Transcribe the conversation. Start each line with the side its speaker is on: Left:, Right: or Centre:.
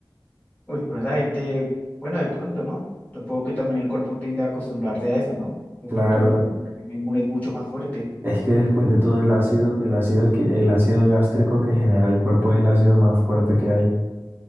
Left: Uy, pero esa gente, bueno, de pronto, ¿no? Supongo que también el cuerpo tiende a acostumbrarse a eso, ¿no? De
Right: Claro,
Left: pronto
Right: e,
Left: el inmune es mucho más fuerte.
Right: es que después de todo el ácido, el ácido que, el ácido gástrico que genera el cuerpo es el ácido más fuerte que hay.